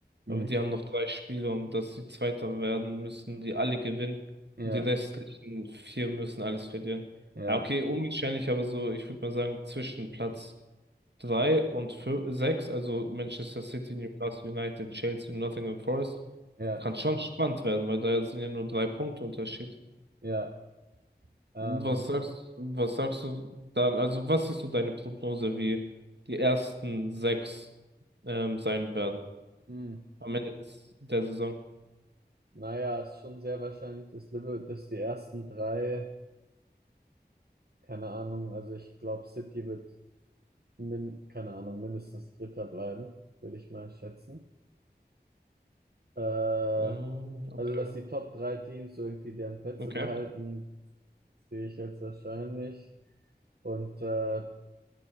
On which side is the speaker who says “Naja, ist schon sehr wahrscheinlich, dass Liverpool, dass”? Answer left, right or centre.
Right